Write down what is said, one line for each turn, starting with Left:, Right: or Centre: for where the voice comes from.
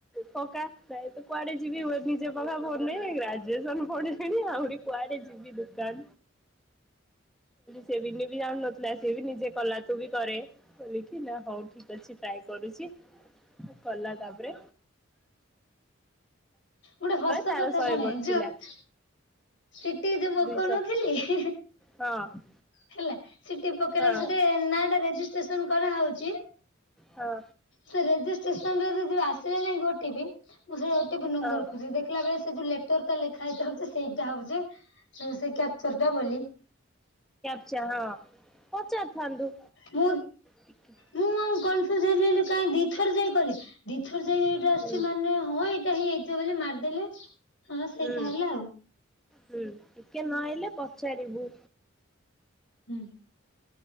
Centre: ପକା ଭାଇ ତ କୁଆଡେ ଯିବି ନିଜେ ପାକା ଫୋନ୍ ରେ ଗ୍ରାଜୁସନ ପଡିଲାଣି ଆହୁରି କୁଆଡେ ଯିବି ଦୋକାନ ସେ ବିିନି ବି ଜାଣ ନଥିଲା ସ ବି ନିଜେ କଲା ତୁ ବି କରେ ଲେଖିଲା ହଉ ଠିକ ଅଛି ଟ୍ରାଏ କରୁଛି କଲା ତା ପ ରେ
Left: ଗୋଟେ ହସ
Centre: ତାର
Left: କଥା
Centre: ଶହେ
Left: ଶୁଣେ
Centre: ବଞ୍ଚିଲା
Left: ଯୋଉ ସିଟି ଯୋଉ ପକଉ
Centre: ଦୁଇଶହ
Left: ନଥିଲି ହିଁ ହିଁ।
Centre: ହଁ
Left: ହେଲା ସିଟି ପକେଇଲା
Centre: ହଁ
Left: ବେଲକୁ ତତେ ନାଁ ଟା ରେଜିଷ୍ଟେସନ କରାଉଛି
Centre: ହଁ
Left: ସେ ରେଜିଷ୍ ଷ୍ଟେସନ ରେ ଯଦି ଆସିଲା ନାହିଁ କି ଓ ଟି ପି ବି ମୁଁ ସେ ପି ନମ୍ବର
Centre: ହଁ
Left: ଖୋଜି ଦେଖିଲା ବେଳେ ସେ ଯୋଉ ଲେ ଲେଖା ହେଇକି ଆଉଚି ସେଇଟା ହଉଛି ସେ କ୍ୟାପଚର ଟା ବୋଲି।
Centre: ଆଛା ହଁ। ପଚାରିଥାନ୍ତୁ
Left: ମୁଁ
Centre: ଟିକେ
Left: ମୁଁ ଆଉ କଣ <unintelligible> ଦିଥର ଯାଇ କଲି ଦିଥର ଯାଇ ଏଇଟା ଆସିଛି
Centre: ହୁଁ
Left: ମାନେ ହଁ ଏଇଟା ହିଁ। ବୋଲି ମାରିଦେଲି। ହଁ ସେଇଟା
Centre: ହୁଁ
Left: ହେଲା ଆଉ।
Centre: ହୁଁ ଟିକେ ନହେଇ ହେଲେ ପଚାରିବୁ।
Left: ହୁଁ।